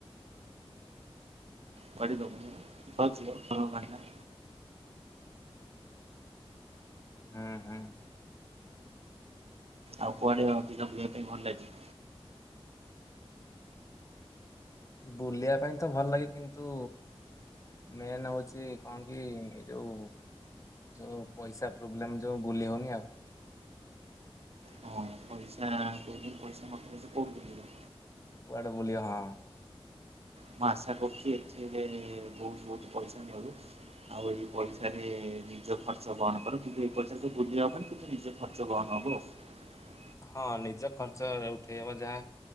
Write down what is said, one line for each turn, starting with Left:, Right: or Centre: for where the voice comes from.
Right: କରିଦବୁ ଭଲ ଝିଅ ହଁ ମାଇକିନା।
Left: ହୁଁ ହୁଁ।
Right: ଆଉ କୁଆଡେ ଅଧିକା ବୁଲିବା ପାଇଁ ଭଲ ଲାଗେ।
Left: ବୁଲିବା ପାଇଁ ତ ଭଲଲାଗେ କିନ୍ତୁ। ମେନ୍ ହଉଛି କଣକି ଏଯୋଉ। ଯୋଉ ପଇସା ପ୍ରୋବ୍ଲେମ ଯୋଉ ବୁଲି ହଉନି ଆଉ।
Right: ହଁ ପଇସା <inaudible> ପଇସା ମ <inaudible> କଉଠି ବୁଲିବୁ।
Left: କୁଆଡେ ବୁଲି ହଁ।
Right: ମୁଁ ଆଶା କରୁଛି ଏଥିରେ ବହୁତ ବହୁତ ପଇସା ନିଅନ୍ତୁ ଆଉ ଏଇ ପଇସାରେ। ନିଜ ଖର୍ଚ୍ଚ ବହନ କର କିନ୍ତୁ ଏ ପଇସା ରେ ତ ବୁଲି ହବନି କିନ୍ତୁ ନିଜ ଖର୍ଚ୍ଚ ବହନ ହବ ଆଉ।
Left: ହଁ ନିଜ ଖର୍ଚ୍ଚ ଉଠେଇ ହବ, ଯାହା